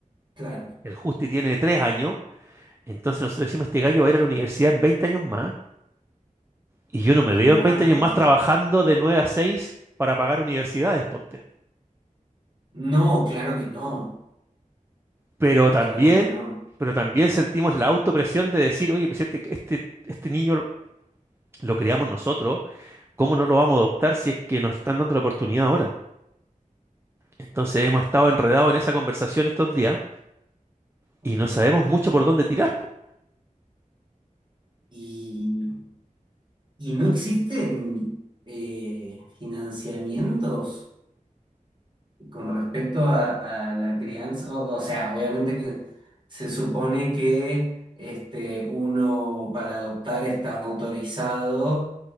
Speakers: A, on the right; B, on the right.
A: Claro,
B: el Justi tiene 3 años, entonces nosotros decimos, este gallo va a ir a la universidad en 20 años más, y yo no me
A: claro.
B: veo en 20 años más trabajando de 9 a 6 para pagar universidades, ponte.
A: No, claro que no.
B: Pero también,
A: Claro que no.
B: pero también sentimos la autopresión de decir, oye, pues este, este, este niño lo, lo criamos nosotros, ¿cómo no lo vamos a adoptar si es que nos están dando la oportunidad ahora? Entonces hemos estado enredados en esa conversación estos días
A: Ok.
B: y no sabemos mucho por dónde tirar, po.
A: Y, y no existen eh, financiamientos con respecto a, a la crianza. O, o sea, obviamente que se supone que este, uno para adoptar está autorizado